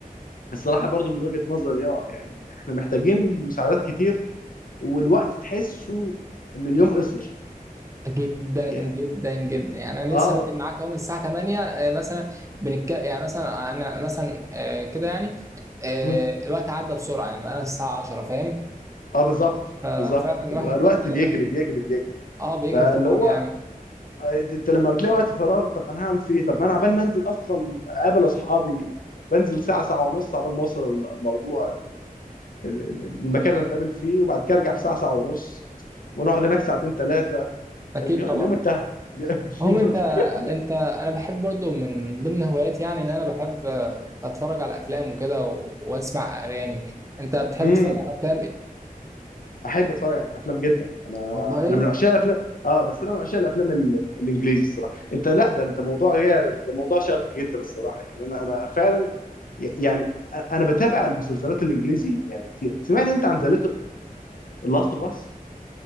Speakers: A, on the left (about 65°); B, on the right (about 20°).
A: الصراحه برضو من وجهه نظري اه يعني احنا محتاجين مساعدات كتير والوقت تحسه ان اليوم قصر
B: جدا جدا
A: يعني
B: جدا يعني انا
A: اه
B: لسه بادئ معاك اهو من الساعه 8 آه، مثلا بنتك يعني مثلا انا مثلا آه، كده يعني آه،
A: مم.
B: الوقت عدى بسرعه يعني بقى الساعه 10 فاهم
A: اه بالظبط
B: ففعلا
A: بالظبط
B: الواحد
A: الوقت
B: اه
A: بيجري بيجري بيجري
B: آه، بيجري
A: فاللي
B: طبعا
A: هو
B: يعني
A: انت لما بتلاقي وقت فراغ طب انا هعمل فيه ايه طب ما انا عبال ما انزل اصلا اقابل اصحابي بنزل ساعه ساعه ونص عبال ما اوصل الموضوع ال- ال- ال- المكان اللي اتقابل فيه وبعد كده ارجع في ساعه ساعه ونص ونقعد هناك ساعتين ثلاثه
B: اكيد
A: اليوم
B: طبعا
A: اليوم انتهى اليوم
B: هم
A: <laughs>
B: انت
A: اليوم-
B: انت انا بحب برضو من ضمن هواياتي يعني اللي انا بحب آه، اتفرج على افلام وكده و- واسمع اغاني انت بتحب
A: امم
B: تتفرج على افلام ايه
A: احب اتفرج على افلام جدا انا
B: والله
A: انا من عشاق الافلام اه بس انا من عشاق الافلام ال... الانجليزي الصراحه انت لا ده انت موضوع غير ده موضوع شاق جدا الصراحه يعني انا انا فعلا ي- يعني أ- انا بتابع المسلسلات الانجليزي يعني كتير سمعت انت عن ذا لاست اوف اس